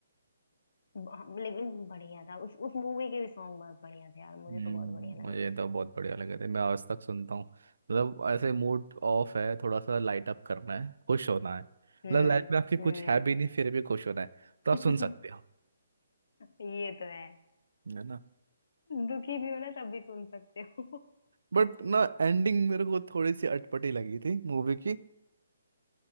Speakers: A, on the left (about 70°); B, on the right (about 85°).
A: ब- लेकिन बढ़िया था उस उस मूवी के भी सॉन्ग बहुत बढ़िया थे यार मुझे
B: हम्म,
A: तो बहुत बढ़िया लगे
B: मुझे
A: थे
B: तो बहुत बढ़िया लगे थे मैं आज तक सुनता हूँ मतलब ऐसे मूड ऑफ है थोड़ा सा लाइट अप करना है खुश होना है मतलब
A: हम्म
B: लाइफ में आपकी
A: हम्म
B: कुछ है भी नहीं फिर भी खुश होना है तो
A: <laughs>
B: आप सुन सकते हो
A: ये तो है
B: है ना
A: दुखी भी हो ना तब भी सुन सकते हो
B: बट ना एंडिंग मेरे को थोड़ी सी अटपटी लगी थी मूवी की